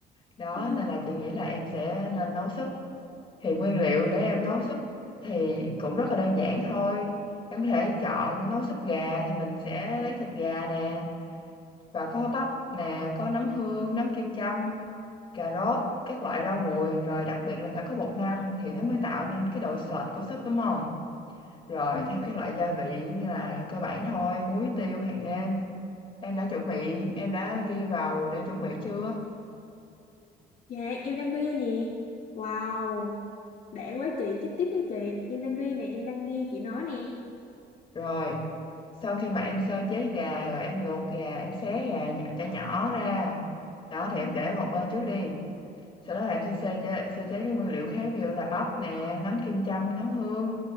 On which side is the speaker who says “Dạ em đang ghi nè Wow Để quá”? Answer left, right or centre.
Left